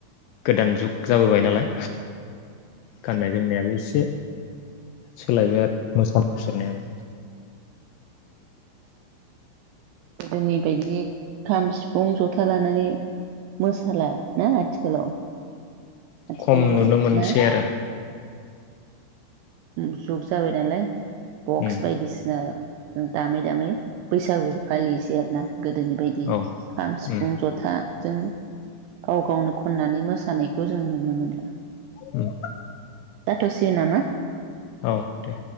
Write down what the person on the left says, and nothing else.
गोदान जुग जाबोबाय नालाय गाननाय-जोमनायाबो एसे सोलायबाय आरो मोसानाय मुसुरनायाबो।
खम नुनो मोनसै
आरो
उम
औ
उम
उम
औ दे।